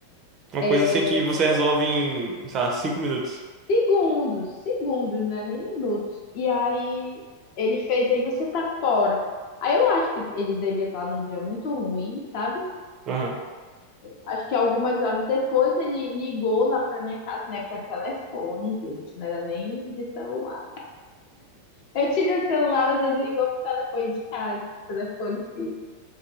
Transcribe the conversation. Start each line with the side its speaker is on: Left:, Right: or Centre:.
Right: Uma
Left: É,
Right: coisa assim que você resolve em, sei lá, cinco minutos.
Left: Segundos, segundos, né? Nem minutos. E aí ele fez, aí você tá fora. Aí eu acho que ele devia estar num dia muito ruim, sabe?
Right: Aham.
Left: Acho que algumas horas depois ele ligou lá pra minha casa, na época de telefone, gente, não era nem de celular. Eu tinha celular, mas ele ligou pro telefone de casa, telefone fixo,